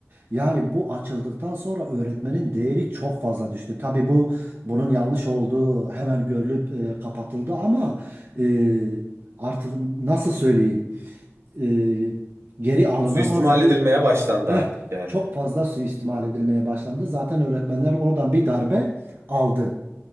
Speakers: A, on the right; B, on the right.
A: Yani bu açıldıktan sonra öğretmenin değeri çok fazla düştü. Tabii bu bunun yanlış olduğu hemen görülüp e, kapatıldı ama e, artık nasıl söyleyeyim e, geri alınamaz
B: Suistimal
A: bir
B: edilmeye başlandı
A: eh,
B: artık yani.
A: çok fazla suistimal edilmeye başlandı. Zaten öğretmenler oradan bir darbe aldı.